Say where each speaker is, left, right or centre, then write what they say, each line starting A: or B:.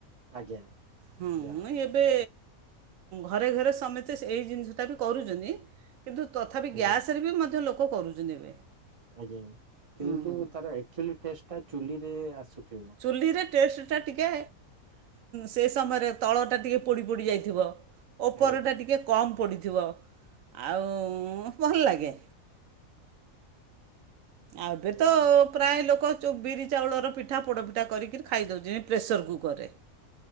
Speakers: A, on the right; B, on the right.
A: ଆଜ୍ଞା
B: ହୁଁ
A: ଯାହା ହଉ
B: ଏବେ ଘରେ ଘରେ ସମିତେ ଏଇ ଜିନିଷଟା ବି କରୁଛନ୍ତି। କିନ୍ତୁ ତଥାପି
A: ଆଜ୍ଞା
B: ଗ୍ୟାସ ରେ ବି ମଧ୍ୟ୍ୟ ଲୋକ ଲୋକ କରୁଛନ୍ତି ଏବେ-
A: ଆଜ୍ଞା କିନ୍ତୁ
B: ହୁଁ ହୁଁ
A: ତାର ଆକଚ୍ୟୁଲି ଟେଷ୍ଟ୍ ଟା ଚୁଲିରେ ଆସୁଥିବ
B: ଚୁଲିରେ- ଟେଷ୍ଟ୍ ଟା ଟିକେ ସେ ସମୟରେ ତଳଟା ଟିକେ ପୋଡ଼ି ପୋଡ଼ି ଯାଇଥିବ। ଓପର
A: ଆଜ୍ଞା।
B: ଟା ଟିକେ କମ୍ ପୋଡି଼ଥିବ। ଆଉ ଭଲ ଲାଗେ। ଆଉ ଏବେ ତ
A: ଉଁ ହୁଁ
B: ପ୍ରାୟ ଲୋକ ଯୋଉ ବିରି ଚାଉଳ ର ପିଠା ପୋଡ଼ପିଠା କରିକି ଖାଇଦଉଛେ ପ୍ରେସର୍ କୁକର ରେ